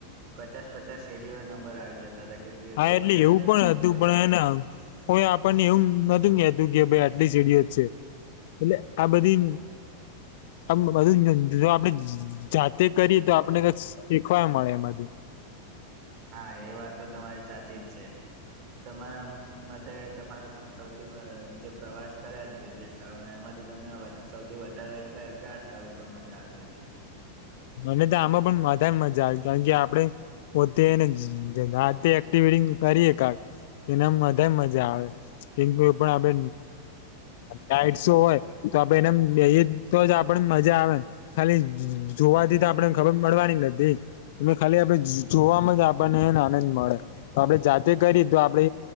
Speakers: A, on the right; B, on the left.
A: પચાસ-પચાસ શેડીઓ નંબર આવી જતા હતા કે તેરસો
B: હા એટલે
A: પચાસ
B: એવું
A: થઈ
B: પણ
A: ચૌદસો
B: હતું પણ
A: થઈ
B: હેને કોઈ આપણને એવું નતું કતું કે ભાઈ આટલી સીડીઓ જ છે એટલે. આ બધી હ આ બધું જો આપણેે જાતે કરીએ તો આપણે શીખવા મળે એમાંથી.
A: હા એ વાત તો તમારી સાચી જ છે તમારા મતે તમારા સૌથી જે પ્રવાસ કર્યા જે સ્થળો એમાંથી તમને વધારે સૌથી વધારે ક્યા-કયા સ્થળ ઉપર મજા આવી હતી.
B: મને તો આમાં પણ વધારે મજા આવે કારણ કે આપડે પોતે ને રાતે એક્ટિવિટી કરીએ એના બધા મજા આવે. કેમ કે એ પણ આપે નાઈટ શો હોય તો આપે એને બેએ તો જ આપણ મજા આવેને. ખાલી જોવાથી તો આપડેને ખબર મળવાની નથી. એ ખાલી આપડણે જોવાવામાં જ આપણને એ આનંદ મળે તો આપડણે જાતે કરી તો આપડે